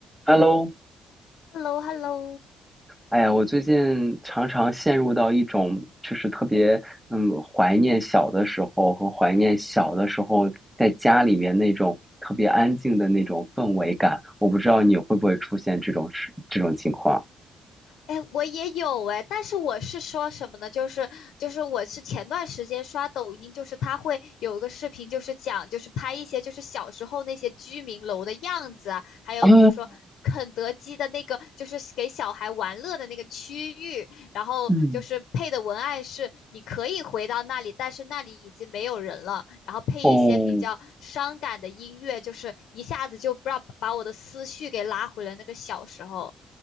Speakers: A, in the centre; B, on the left.
A: Hello，
B: h e l l o h e l l o
A: 哎呀，我最近常常陷入到一种就是特别嗯怀念小的时候和怀念小的时候在家里面那种特别安静的那种氛围感。我不知道你会不会出现这种事这种情况。
B: 哎，我也有哎，但是我是说什么呢？就是就是我是前段时间刷抖音，就是它会有一个视频，就是讲就是拍一些就是小时候那些居民楼的样子啊，还有比如说肯德基的那个就是给小孩玩乐的那个区域，
A: 啊，
B: 然后就是配的文案是你可以回到那里，
A: 嗯，
B: 但是那里已经没有人了，然后配一些比较伤感的音乐，
A: 哦，
B: 就是一下子就不知道把我的思绪给拉回了那个小时候。